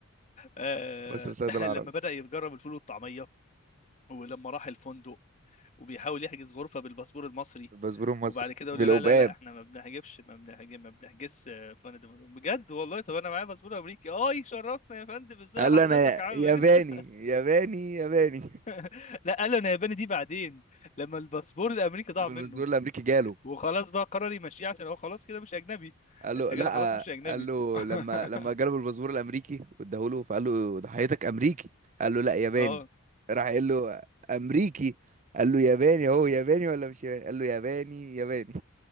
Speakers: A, on the left; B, on the right.
A: آه،
B: مصر سيد
A: <clears throat>
B: العربي
A: لما بدأ يجرب الفول والطعمية ولما راح الفندق وبيحاول يحجز غرفة بالباسبور المصري
B: الباسبور المصري
A: وبعد كده يقول
B: بالقباب
A: له لا لا لا احنا ما بنحجبش ما بنحجب ما بنحجزش يا فندم بجد والله طب انا معايا باسبور امريكي اه شرفنا يا فندم ازاي
B: قال
A: حضرتك
B: له انا
A: عامل
B: ياباني
A: ايه
B: ياباني ياباني <laughs>
A: <laughs> لا قال له انا ياباني دي بعدين لما الباسبور الامريكي ضاع
B: لما
A: منه
B: الباسبور الامريكي جاله
A: وخلاص بقى قرر يمشيه عشان هو خلاص كده مش اجنبي
B: قال
A: انت
B: له
A: كده
B: لا
A: خلاص مش اجنبي
B: قال له
A: <laughs> اه
B: لما لما جاله الباسبور الامريكي واداه له فقال له ضحيتك امريكي قال له لا ياباني
A: اه
B: راح قال له امريكي قال له ياباني هو ياباني ولا مش ياباني قال له ياباني ياباني